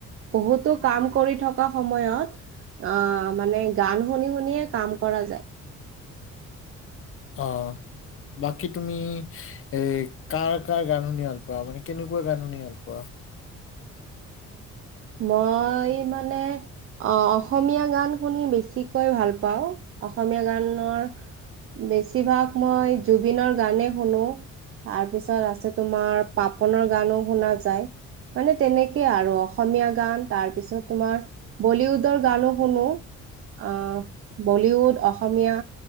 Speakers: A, on the right; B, on the left.
A: বহুতো কাম কৰি থকা সময়ত অ মানে গান শুনি-শুনিয়ে কাম কৰা যায়।
B: অ, বাকী তুমি এ, কাৰ-কাৰ গান শুনি ভাল পোৱা, মানে কেনেকুৱা গান শুনি ভাল পোৱা?
A: মই মানে অঁ অসমীয়া গান শুনি বেছিকৈ ভাল পাওঁ অসমীয়া গানৰ বেছিভাগ মই জুবিনৰ গানে‌ শুনো। তাৰ পিছত আছে তোমাৰ, পাপনৰ গানো শুনা যায় মানে তেনেকেই আৰু অসমীয়া গান, তাৰ পিছত তোমাৰ বলীউডৰ গানো শুনো। আঁহ, বলিউড অসমীয়া।